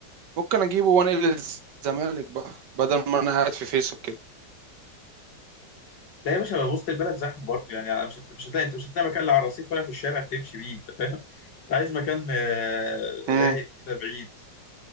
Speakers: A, on the right; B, on the left.
A: ممكن اجيبه وانقل الزمالك بقى بدل ما انا قاعد في فيصل
B: لا يا باشا وسط البلد زحمه برضه يعني أنا مش هت- مش هتلاقي انت مش هتلاقي مكان لا على الرصيف ولا في الشارع تمشي بيه انت فاهم انت عايز مكان آه،
A: كده
B: رايق كده بعيد